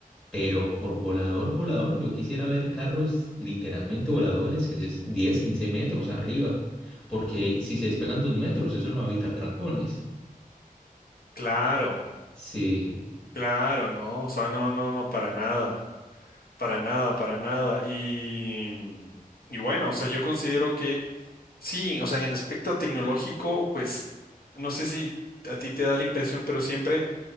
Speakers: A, in the centre; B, on the left.
A: Pero por volador, volador, yo quisiera ver carros literalmente voladores, que es 10 15 metros arriba, porque si se despegan dos metros, eso no va a evitar trancones.
B: Claro,
A: Sí.
B: claro, no, o sea, no, no, no, para nada, para nada, para nada. Y, y bueno, o sea, yo considero que sí, o sea, en el aspecto tecnológico, pues, no sé si a ti te da la impresión, pero siempre...